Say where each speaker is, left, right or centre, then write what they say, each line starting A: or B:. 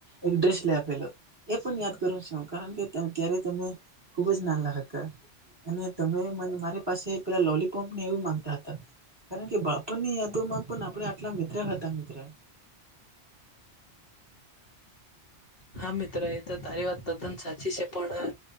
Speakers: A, on the right; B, on the left.
A: એક ડ્રેસ લઈ આપેલો એ પણ યાદ કરું છું હું કારણ કે ક્યારે તમે ખુબ જ નાલા હતા અને તમે મ મારી પાસે પેલા લોલીપોપ ને એવું માંગ કારણ કે બાપણની યાદોમાં પણ આપણે આટલા મિત્ર હતા મિત્ર
B: હા મિત્ર એ તો તારી વાત તદ્દન સાચી છે પણ